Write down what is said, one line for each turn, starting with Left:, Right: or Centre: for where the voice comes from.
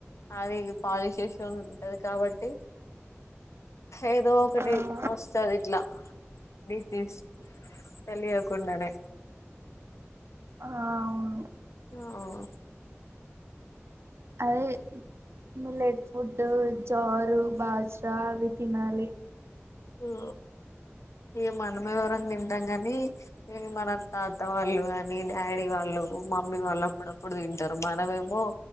Left: అది ఇగ్ పాలిష్ జేషెది ఉంటది కాబట్టి. ఏదో ఒకటి
Right: ఆ
Left: వస్తది ఇట్లా డిసిస్ తెలియకుండనే.
Right: ఆహ్ అవును.
Left: ఆవ్.
Right: అదే మీల్లెట్ ఫుడ్డు జారు బాద్షా అవి తినాలి.
Left: ఓ ఇగ మనమేవరం తింటం గని. ఉమ్ మన తాత వాళ్ళు గాని డాడీ వాళ్ళు మమ్మీ వాళ్ళు అప్పుడప్పుడు తింటారు. మనమేమో